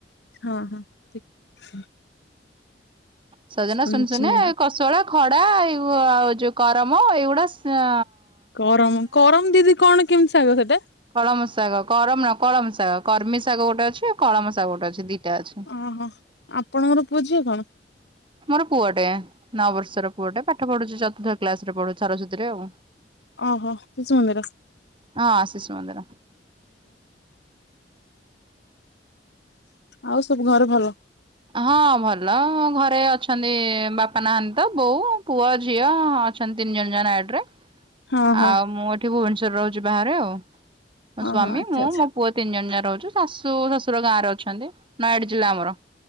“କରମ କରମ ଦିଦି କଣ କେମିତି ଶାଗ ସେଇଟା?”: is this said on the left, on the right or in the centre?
Left